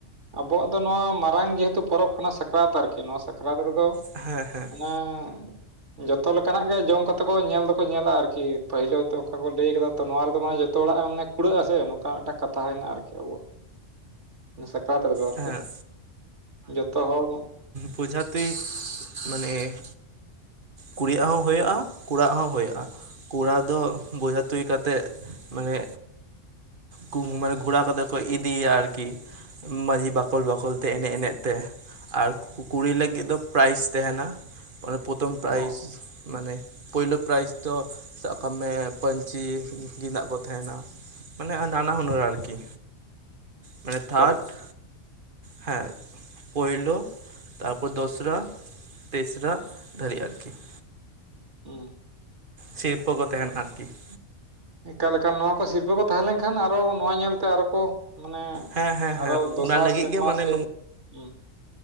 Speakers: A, on the right; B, on the right.
A: ᱟᱵᱚᱣᱟᱜ ᱫᱚ ᱱᱚᱣᱟ ᱢᱟᱨᱟᱝ ᱡᱮᱹᱦᱮᱹᱛᱩ ᱯᱚᱨᱚᱵᱽ ᱠᱟᱱᱟ ᱥᱟᱠᱨᱟᱛ ᱟᱨᱠᱤ ᱱᱚᱣᱟ ᱥᱟᱠᱨᱟᱛ ᱨᱮᱫᱚ
B: ᱦᱮᱸ, ᱦᱮᱸ ᱾
A: ᱮᱸᱻᱻ, ᱡᱚᱛᱚ ᱞᱮᱠᱟᱱᱟᱜ ᱜᱮ ᱡᱚᱢ ᱠᱟᱛᱮ ᱠᱚ ᱧᱮᱞ ᱫᱚᱠᱚ ᱧᱮᱞᱟ ᱟᱨᱠᱤ ᱾ ᱯᱟᱹᱦᱤᱞ ᱦᱚᱭᱛᱚ ᱚᱱᱠᱟ ᱠᱚ ᱞᱟᱹᱭ ᱟᱠᱟᱫᱟ ᱛᱚ ᱱᱚᱣᱟ ᱨᱮᱫᱚ ᱢᱟᱱᱮ ᱡᱚᱛᱚ ᱦᱚᱲᱟᱜ ᱢᱟᱱᱮ ᱠᱩᱲᱟᱹᱜ ᱟᱥ ᱥᱮ ᱱᱚᱝᱠᱟ ᱢᱤᱫ ᱴᱟᱝ ᱠᱟᱛᱷ ᱛᱟᱦᱮᱱᱟ ᱟᱨᱠᱤ ᱟᱵᱚᱣᱟᱜ ᱥᱟᱠᱨᱟᱛ ᱨᱮᱫᱚ ᱟᱨᱠᱤ
B: ᱦᱮᱸ
A: ᱡᱚᱛᱚ ᱦᱚᱲ
B: ᱯᱨᱚᱡᱷᱟᱛᱤ ᱢᱟᱱᱮ ᱠᱩᱲᱤ ᱭᱟᱜ ᱦᱚᱸ ᱦᱳᱭᱳᱜᱼᱟ ᱠᱚᱲᱟᱣ ᱟᱜ ᱦᱚᱸ ᱦᱳᱭᱳᱜᱼᱟ ᱠᱚᱲᱟ ᱫᱚ ᱵᱚᱭ ᱛᱩᱭ ᱠᱟᱛᱮᱜ ᱢᱟᱱᱮ ᱜᱷᱩᱢ ᱢᱟᱱᱮ ᱜᱷᱚᱲᱟ ᱠᱟᱛᱮ ᱠᱚ ᱤᱫᱤᱭᱮᱭᱟ ᱟᱨᱠᱤ ᱾ ᱢᱟᱺᱡᱷᱤ ᱵᱟᱠᱚᱞ ᱵᱟᱠᱚᱞ ᱛᱮ ᱮᱱᱮᱡ ᱮᱱᱮᱡ ᱛᱮ ᱟᱨ ᱠᱩᱲᱤ ᱞᱟᱹᱜᱤᱫ ᱫᱚ ᱯᱨᱟᱭᱤᱡᱽ ᱛᱟᱦᱮᱱᱟ, ᱯᱨᱚᱛᱷᱚᱢ ᱯᱨᱟᱭᱤᱡᱽ
A: ᱚ
B: ᱢᱟᱱᱮ ᱯᱳᱭᱞᱳ ᱯᱨᱟᱭᱤᱡᱽ ᱫᱚ ᱥᱟᱵ ᱠᱟᱜ ᱢᱮ ᱯᱟᱹᱧᱪᱤ ᱜᱮᱸᱫᱟᱜ ᱠᱚ ᱛᱟᱦᱮᱱᱟ᱾ ᱢᱟᱱᱮ ᱱᱟᱱᱟ ᱦᱩᱱᱟᱹᱨ ᱟᱨᱠᱤ ᱢᱟᱱᱮ
A: ᱮᱠᱟᱞ
B: ᱛᱷᱟᱨᱰ -ᱼ ᱦᱮᱸ, ᱯᱳᱭᱞᱳ ᱛᱟᱯᱚᱨ ᱫᱚᱥᱨᱟ ᱾ ᱛᱮᱥᱨᱟ ᱫᱷᱟᱹᱨᱤᱡ ᱟᱨᱠᱤ ᱾
A: ᱩᱺ ᱾
B: ᱥᱤᱨᱯᱟᱹ ᱠᱚ ᱛᱟᱦᱮᱸᱱᱟ ᱟᱨᱠᱤ ᱾
A: ᱮᱠᱟᱞ ᱮᱠᱟᱞ ᱱᱚᱣᱟ ᱠᱚ ᱥᱤᱨᱯᱟᱹ ᱠᱚ ᱛᱟᱦᱮᱸ ᱞᱮᱱᱠᱷᱟᱱ ᱟᱨᱦᱚᱸ ᱱᱚᱣᱟ ᱧᱮᱞᱛᱮ ᱟ ᱨᱚᱠᱚ, ᱢᱟᱱᱮ,
B: ᱦᱮᱸ ᱦᱮᱸ
A: ᱟᱨᱦᱚᱸ
B: ᱦᱮᱸ
A: ᱫᱚᱥᱟᱨ
B: ᱚᱱᱟ ᱞᱟᱹᱜᱤᱫ
A: ᱥᱮᱨᱢᱟ
B: ᱜᱮ ᱢᱟᱱᱮ
A: ᱥᱮ, ᱩᱺ ᱾